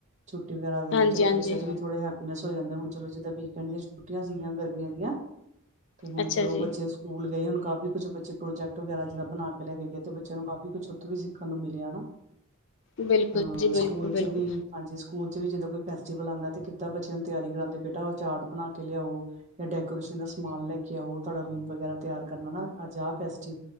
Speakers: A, on the right; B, on the left.
A: ਛੁੱਟੀ ਵਗੈਰਾ ਆ ਜਾਂਦੀ
B: ਹਾਂਜੀ
A: ਚਲੋ
B: ਹਾਂਜੀ
A: ਬੱਚ ਚੇ ਵੀ ਥੋੜੇ ਹੈਪੀਨੈਸ ਹੋ ਜਾਂਦੇ ਹੁਣ ਚਲੋ ਜਿਦਾਂ ਵੀਕਂਡ ਦੀਆਂ ਛੁੱਟੀਆਂ ਸੀਗੀਆਂ ਗਰਮੀਆਂ ਦੀਆਂ। ਤੇ ਹੁਣ
B: ਅੱਛਾ
A: ਚਲੋ
B: ਜੀ
A: ਬੱਚੇ ਸਕੂਲ ਗਏ ਹੁਣ ਕਾਫ਼ੀ ਕੁਛ ਬੱਚੇ ਪ੍ਰੋਜੈਕਟ ਵਗੈਰਾ ਜਿਹੜ ਬਣਾ ਕੇ ਲੈ ਕੇ ਗਏ ਤੇ ਬੱਚਿਆਂ ਨੂੰ ਕਾਫ਼ੀ ਕੁਛ ਉੱਥੋਂ ਵੀ ਸਿੱਖਣ ਨੂੰ ਮਿਲਿਆ ਹਨਾਂ।
B: ਬਿਲਕੁਲ
A: ਹਾਂ,
B: ਜੀ ਬਿਲਕੁਲ
A: ਸਕੂਲ
B: ਬਿਲਕੁਲ
A: ਚ ਵੀ ਹਾਂਜੀ। ਸਕ ਸਕੂਲ ਚ ਵੀ ਜਿਦਾਂ ਕੋਈ ਫੈਸਟੀਵਲ ਆਂਦਾ ਕਿਦਾਂ ਬੱਚਿਆਂ ਨੂੰ ਤਿਆਰੀ ਕਰਾਂਦੇ ਬੇਟਾ ਉਹ ਚਾਰਟ ਬਣਾ ਕੇ ਲਿਆਓ ਜਾਂ ਡੈਕੋਰੇਸ਼ਨ ਦਾ ਸਮਾਨ ਲੈ ਕੇ ਆਓ ਤੁਹਾਡਾ ਰੂਮ ਵਗੈਰਾ ਤਿਆਰ ਕਰਨਾ ਨਾ ਅੱਜ ਆਹ ਫੈਸਟ